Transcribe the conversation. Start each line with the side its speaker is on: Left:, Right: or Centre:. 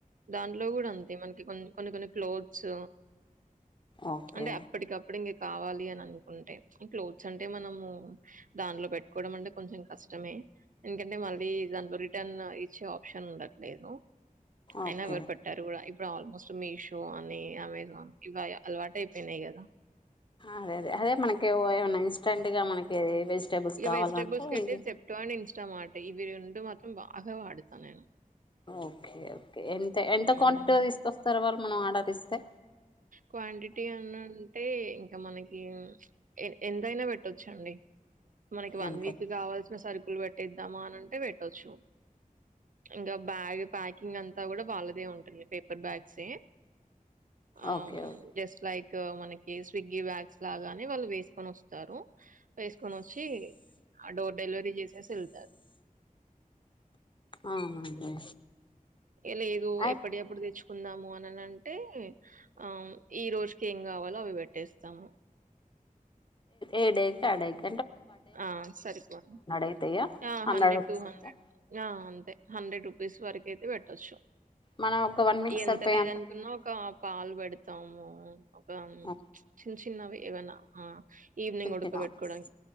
Right: దాంట్లో కూడా అంతే మనకి కొ కొన్ని కొన్ని క్లోత్స్
Left: ఓకే
Right: అంటే అప్పటికి అప్పుటింగ్ కావాలి అని అనుకుంటే క్లోత్స్ అంటే మనము దానిలో పెట్టుకోవడం అంటే కొంచెం కష్టమే ఎంకంటే మళ్ జాబరి <unintelligible> న్ ఈచ్చ ప్షన్ ఉంట <unintelligible> లేదు అయినా
Left: ఓకే
Right: వర్పట్టారు కూడా ఇప్పుడు ఆల్మోస్ట్ మీషో అని అమెజాన్ ఇవి అలవాటు అయిపోయినాయి కదా
Left: అదే అదే అదే మనకి ఏమన్నా ఇన్స్టెంట్ గా మనకి వెజిటేబుల్స్
Right: ఇక
Left: కావాలంటే
Right: వెజిటేబుల్స్ అయితే జెప్టో అండ్ ఇన్స్టా మార్ట్ కి ఇరుెం <unintelligible> మాత్రం బాగావాడుతనేను
Left: ఒకే ఒకే ఎంత ఎంత
Right: హ్మ్.
Left: క్వాంటిటీగా తీసుకొస్తారు వాళ్ళు మనం ఆర్డర్ ఇస్తే
Right: క్వాంటిటీ అని అంటే ఇంకా మనకి ఎంతైనా పెట్టొచ్చండి మనకి వన్
Left: అంతే
Right: వీక్ కావలి సరుకులు పెట్టేద్దామా అనింటే పెట్టచ్చు ఇంకా బ్యాగ్ ప్యాకింగ్ అంతా కూడా వాళ్ళదే ఉంటుంది పేపర్ బాగ్సే ఆ
Left: ఓకే ఓకే
Right: జస్ట్ లైక్ మనకి స్విగ్గి బ్యాగ్స్ లాగానే వాళ్ళు వేసుకొని వస్తారు వేసుకొని వచ్చి ఆ డోర్ డెలివరీ చేసేసి వెళ్తారు
Left: అవునండి
Right: ఎలా ఏదో
Left: అయి-
Right: ఎప్పుడు ఎప్పుడు తెచ్చు కుందాము అనిన అంటే ఆ ఈ రోజుకి ఏం కావాలో అవి పెట్టేస్తాము
Left: ఏడ కాడకి
Right: ఆ సరిపోడి
Left: అయితాయా
Right: హా హండ్రెడ్
Left: రూపీస్
Right: టూ హండ్రెడ్
Left: అయితాయా
Right: అంతే హండ్రెడ్ రూ ఫీస్ వరకు అయితే పెట్టొచ్చు
Left: మనం ఒక వన్ వీక్
Right: ఎంత
Left: సరిపోయేంత
Right: లేదనుకున్నా ఒక పాలు పెడు <unintelligible> ఒక <unintelligible>
Left: ఓ,
Right: చిన్నవి ఏవైన ఆ ఈవ్నింగ్
Left: చిన్న
Right: ఉడకపెట్టుకోడన్
Left: చిన్న ఆర్డర్స్